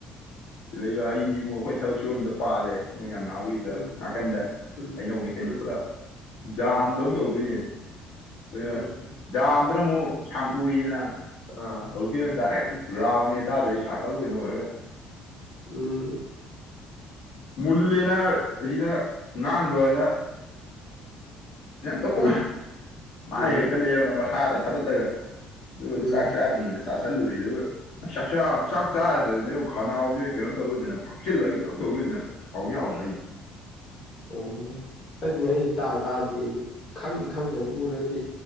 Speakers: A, on the left (about 75°); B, on the left (about 40°).
A: ꯁꯤꯂꯩꯕ ꯍꯩꯅꯤ ꯕꯨ ꯑꯩꯈꯣꯏ ꯊꯕꯛ ꯁꯨꯕꯝꯗ ꯄꯥꯜꯂꯦ ꯃꯣꯏ ꯅꯅꯥꯎꯒꯤ ꯑꯗꯨꯗ
B: ꯎꯝ
A: ꯅꯥꯀꯟꯗ
B: ꯎꯝ
A: ꯍꯩꯅꯧꯅꯤ ꯀꯩꯅꯣ
B: ꯎꯝ
A: ꯄꯨꯂꯞ ꯖꯥꯝꯗꯧ ꯇꯧꯗꯣꯏꯅꯦ ꯈ
B: ꯎꯝ ꯎꯝ
A: ꯖꯥꯝꯗꯨꯅ ꯑꯃꯨꯛ ꯁꯥꯡꯇꯣꯛꯏꯗꯅ
B: ꯑ
A: ꯍꯧꯖꯤꯛꯀꯤꯅ ꯗꯥꯏꯔꯦꯛ ꯔꯥꯎꯟꯅꯤ ꯇꯥꯗꯣꯏꯁꯦ ꯁꯥꯔꯀꯜ ꯑꯣꯏꯅ ꯑꯣꯏꯔꯒ
B: ꯎꯝ
A: ꯃꯨꯜꯂꯦꯅ ꯑꯁꯤꯗ ꯉꯥꯡꯕꯅ <unintelligible>
B: ꯎꯝ
A: ꯃꯥꯥꯏ
B: ꯎꯝ
A: ꯍꯦꯛꯀꯠꯂꯛꯑꯦꯕ ꯃꯁꯥꯗ ꯊꯥꯒꯠꯂꯒ ꯑꯗꯨ
B: ꯎꯝ
A: ꯆꯥꯛ ꯆꯥꯗ꯭ꯔꯤꯉꯩꯗ ꯑꯗꯨꯝ ꯆꯥꯁꯜꯂꯨꯔꯤ ꯑꯗꯨꯒ ꯆꯥꯛꯆꯥ ꯆꯥꯛ ꯆꯥꯗꯗꯤ ꯑꯃꯨꯛ ꯈꯅꯥꯎꯁꯦ ꯀꯩꯅꯣꯝ ꯇꯧꯗꯣꯏ ꯐꯛꯆꯤꯜꯂ ꯀꯩꯅꯣꯝ ꯏꯇꯧ ꯇꯧꯔ ꯂꯩꯗꯅ ꯍꯥꯎꯗꯤ ꯍꯥꯎꯕ ꯍꯩ
B: ꯑꯣ ꯑꯩꯗꯤ ꯑꯩ ꯇꯥ ꯇꯥꯗ꯭ꯔꯤ ꯑꯩ ꯈꯪꯗꯤ ꯈꯪꯗꯕꯅꯤ ꯎꯔꯒꯗꯤ